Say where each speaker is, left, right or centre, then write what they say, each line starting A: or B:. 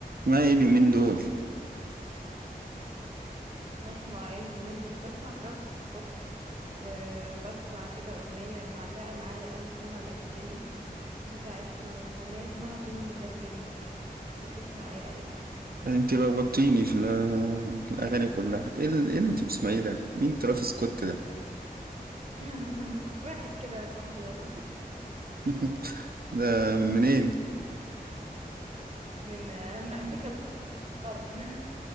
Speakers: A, on the right (about 75°); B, on the right (about 45°).
A: ما ايه اليومين دول
B: بسمع ايه اليومين دول بسمع ترافيس سكوت وبسمع كده اغنية معلقة معايا قوي اسمها لايك جيني بتاعت مغنية اسمها جيني من بلاك بينك انت بتسمع ايه الايام دي
A: ده انت لخبطتيني في ال- في الاغاني كلها ايه ال- إيه اللي انت بتسمعيه ده مين ترافيس سكوت ده
B: <laughs> واحد كده صاحبي والله
A: <laughs> ده منين
B: من أم- امريكا الغرب <laughs>